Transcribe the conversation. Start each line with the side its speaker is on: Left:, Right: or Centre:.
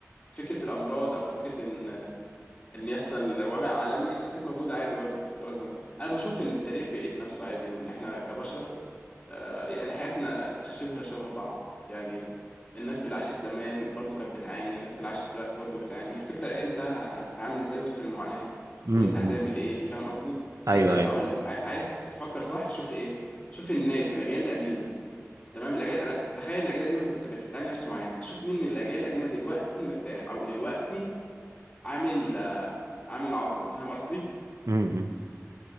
Left: فكره الامراض او فكره ان آه، ان يحصل وباء عالمي ده كانت موجوده عادي برضو في الفترات زمان انا بشوف ان التاريخ بيعيد نفسه عادي وان احنا كبشر آه، يعني حياتنا شبه شبه بعض يعني الناس اللي عاشت زمان برضو كانت بتعاني الناس اللي عاشت دلوقتي برضو بتعاني هي الفكرة انت هتتعامل ازاي وسط المعاناة
Right: امم
Left: وانت هتعمل ايه فاهم قصدي يعني
Right: ايوه
Left: انت اقول
Right: ايوه
Left: لك عاي- عايز تفكر صح شوف ايه شوف الناس الاجيال القديمة تمام الاجيال انا تخيل الاجيال القديمة بت- بتعاني نفس معاناتك شوف مين من الاجيال القديمة دلوقتي مرتاح او دلوقتي عامل عامل عظمة فاهم قصدي
Right: امم